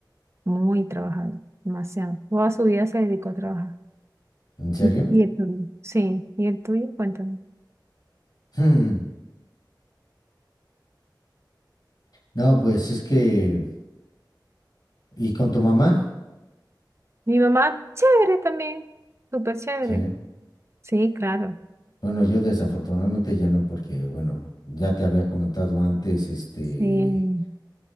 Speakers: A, on the right; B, on the left.
A: muy trabajador, demasiado. Toda su vida se dedicó a trabajar.
B: ¿en serio?
A: ¿Y, y el tuyo? Sí, ¿y el tuyo? Cuéntame.
B: <laughs> Hmm, No, pues es que, ¿y con tu mamá?
A: Mi mamá, chévere también, súper chévere.
B: Sí.
A: Sí, claro.
B: Bueno, yo desafortunadamente ya no, porque, bueno, ya te había comentado antes, este,
A: Sí,